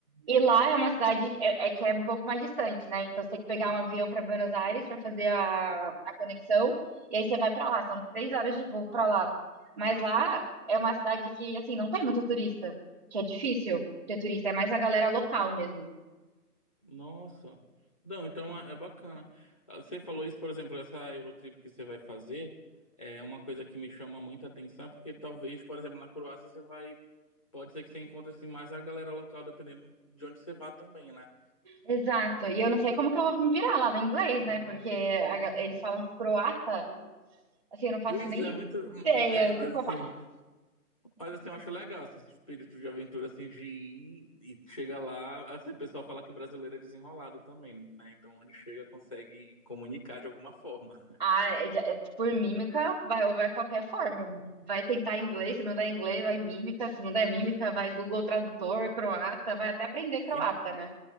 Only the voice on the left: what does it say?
Nossa. Não, então é, é bacana. Ah, Você falou isso, por exemplo, essa Eurotrip que você vai fazer é uma coisa que me chama muita atenção, porque talvez, por exemplo, na Croácia você vai pode ser que você encontre assim mais a galera local dependendo de onde você vá também, né?
Pois
é, muito
é, mas
assim
Mas assim, eu acho legal assim, esse espírito de aventura assim de ir e chega lá, assim, o pessoal fala que brasileiro é desenrolado também, né? Então onde chega consegue comunicar de alguma forma.
E-